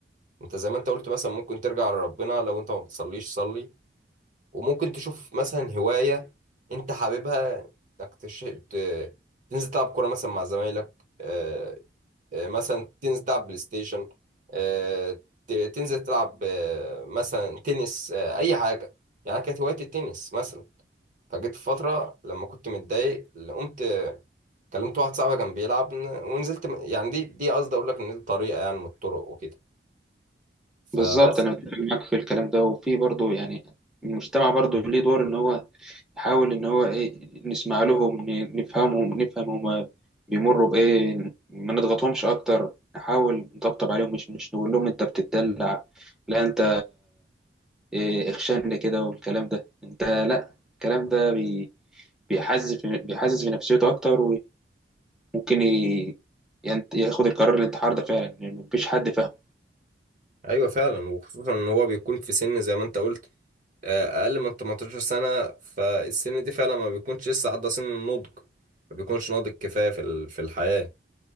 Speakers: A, on the right; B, in the centre.
A: انت زي ما انت قلت مثلا ممكن ترجع لربنا لو انت ما بتصليش صلي وممكن تشوف مثلا هواية انت حاببها انك تش... ت... تنزل تلعب كورة مثلا مع زمايلك آه، آه، مثلا تنزل تلعب بلاي ستيشن آه، ت- تنزل تلعب آه، مثلا تنس آه، اي حاجة يعني أنا كانت هوايتي التنس مثلا فجيت في فترة لما كنت متضايق قمت كلمت واحد صاحبي كان بيلعب ن- ونزلت م- يعني دي دي قصدي اقول لك ان دي طريقة يعني من الطرق وكده فبس
B: بالظبط انا متفق معاك في الكلام ده وفي برضه يعني المجتمع برضه ليه دور ان هو يحاول ان هو ايه نسمع لهم ن- نفهمهم نفهم هما بيمروا بايه ما نضغطهمش اكتر نحاول نطبطب عليهم مش مش نقول لهم انت بتدلع لا انت إيه اخشن كده والكلام ده انت لا الكلام ده بي بيحزز في بيحزز في نفسيته اكتر ممكن ي... يعني ياخد القرار الانتحار ده فعلا لأن مفيش حد فاهمه
A: ايوه فعلا وخصوصا ان هو بيكون في سن زي ما انت قلت آه، اقل من 18 سنه فالسن دي فعلا ما بيكونش لسه عدى سن النضج ما بيكونش ناضج كفايه في ال- في الحياه